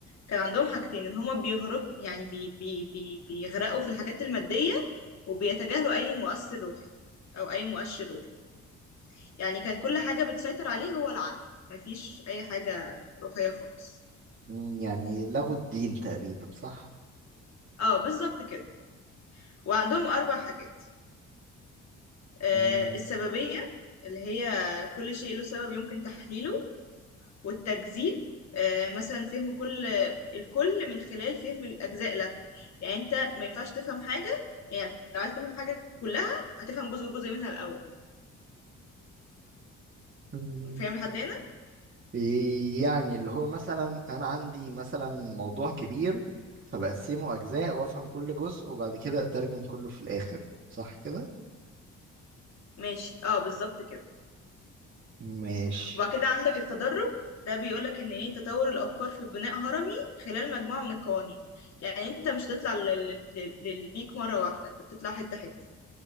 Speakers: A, on the left; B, on the right.
A: كان عندهم حاجتين ان هما بيغرق يعني بي بي بي بيغرقوا في الحاجات الماديه وبيتجاهلوا اي مؤثر روحي او اي مؤشر روحي يعني كان كل حاجه بتسيطر عليه هو العقل مفيش اي حاجه روحيه خالص
B: مم، يعني لغوا الدين تقريبا صح؟
A: اه بالظبط كده وعندهم اربع حاجات آه
B: مم.
A: السببيه اللي هي كل شيء له سبب يمكن تحليله والتجزيء آه، مثلا فهم كل الكل من خلال فهم الأجزاء له يعني أنت ما ينفعش تفهم حاجة يعني لو عايز تفهم حاجة كلها هتفهم جزء جزء منها الأول
B: مم.
A: فاهم لحد هنا؟
B: إيه يعني اللي هو مثلا انا عندي مثلا موضوع كبير فبقسمه اجزاء وافهم كل جزء وبعد كده اترجم كله في الاخر صح كده؟
A: ماشي اه بالظبط كده
B: ماشي
A: وبعد كده عندك التدرج ده بيقولك ان ايه تطور الافكار في بناء هرمي خلال مجموعه من القوانين يعني انت مش هتطلع لل... لل... للبيك مره واحده انت بتطلع حته حته